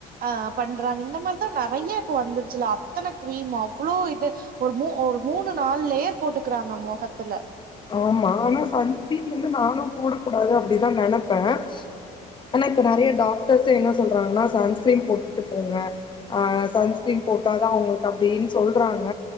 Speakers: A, on the right; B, on the left.
A: ஆ பண்றாங்க இந்த மாரிதான் நறைய இப்ப வந்துருச்சுல அத்தனை கிரீம் அவ்ளோ இது ஒரு மம ஒரு மூணு நாள் லேர் போட்டுக்கறாங்க முகத்துல
B: ஆமா ஆனா சன்ஸ்கிரீன் வந்து நானும் போட கூட கூடாது அப்டிதான் நினப்பேன் ஆனா இப்ப நறைய டாக்டர்ஸ் என்ன சொல்றாங்கன்னா சன்ஸ்கிரீன் போட்டுட்டு போங்க அ சன்ஸ்கிரீன் போட்டாதான் அவங்களுக்கு அப்டின்னு சொல்றாங்க